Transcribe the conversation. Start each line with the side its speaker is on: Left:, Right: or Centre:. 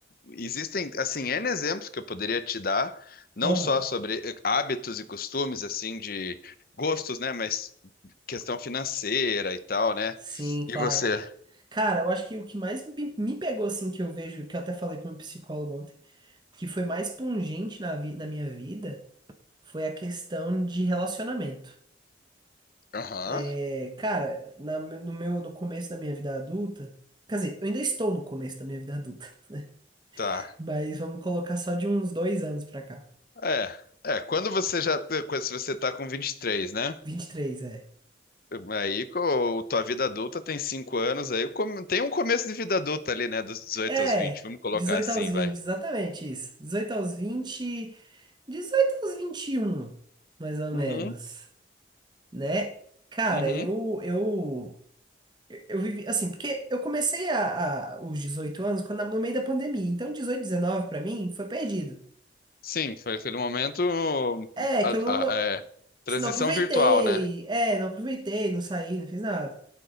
Left: existem, assim, N exemplos que eu poderia te dar, não
Right: Aham.
Left: só sobre hábitos e costumes, assim, de gostos, né, mas questão financeira e tal, né?
Right: Sim, claro.
Left: E você?
Right: Cara, eu acho que o que mais me, me pegou, assim, que eu vejo, que eu até falei para um psicólogo ontem, que foi mais pungente na, vi- na minha vida, foi a questão de relacionamento.
Left: Aham,
Right: É, cara, na- no meu, no começo da minha vida adulta, quer dizer, eu ainda estou no começo da minha vida adulta,
Left: tá.
Right: <laughs> mas vamos colocar só de uns dois anos pra cá.
Left: É, é, quando você já, quando se você tá com vinte e três né?
Right: 23 é.
Left: Aí, com tua vida adulta tem 5 anos, aí come- tem um começo de vida adulta ali, né, dos 18
Right: É,
Left: aos 20. vamos colocar
Right: 18
Left: assim,
Right: aos 20,
Left: vai.
Right: exatamente isso. 18 aos 20, 18 aos 21, mais ou
Left: Uhum.
Right: menos, né? Cara,
Left: Uhum.
Right: eu eu eu vivi assim, porque eu comecei a, a- os 18 anos quando no meio da pandemia. Então dezoito 19 pra mim foi perdido.
Left: Sim, foi aquele momento.
Right: É,
Left: a-
Right: que eu não,
Left: a-
Right: não,
Left: é, transição
Right: não aproveitei.
Left: virtual, né?
Right: É, não aproveitei, não saí, não fiz nada.